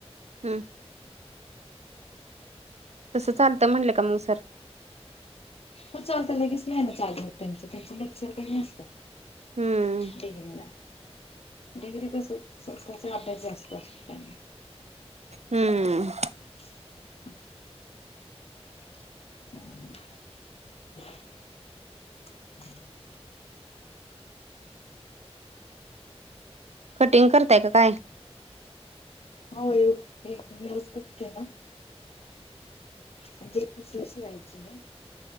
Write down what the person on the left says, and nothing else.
हो चालत लगेच नाही नाच आज हो त्यांच त्यांचे लेक्चर कध असतं
देघ ना डिग्री तर स्वतःच आपल्यास जास्त असनी
ह <inaudible>
हो ये एक याच कटक ना अ ते पिसशी व्हायची आहे